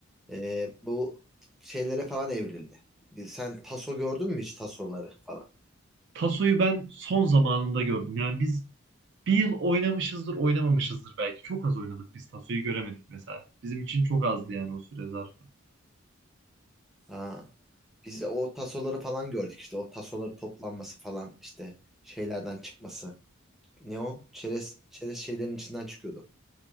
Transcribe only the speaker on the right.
Tasoyu ben son zamanında gördüm. Yani biz bir yıl oynamışızdır, oynamamışızdır belki. Çok az oynadık biz Tasoyu göremedik mesela. Bizim için çok azdı
yani o süre zarfı.